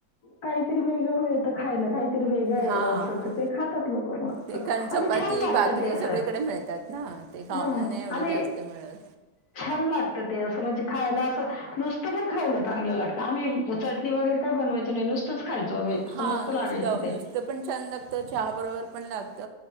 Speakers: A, on the left; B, on the right.
A: काहीतरी वेगळं मिळतं खायला काहीतरी वेगळं आहेव
B: हां
A: असं तर ते खातात लोक मग. असं.
B: ते कारण चपाती
A: आणि छान लागतं
B: भाकरी
A: ते असं.
B: सगळीकडे मिळतात ना ते खाऊनं
A: हं.
B: नाही एवढी
A: आणि
B: जास्त मिळत.
A: छान लागत ते असं म्हणजे खायला असं. नुसत पण खायला चांगलं लागतं आम्ही चटणी वगैरे काही बनवायचो नाही नुसत. तोच खायचं आम्ही.
B: हा
A: मस्त
B: नुसतं
A: लागायचं ते.
B: नुसतं पण छान लागतं चहा बरोबर पण लागत.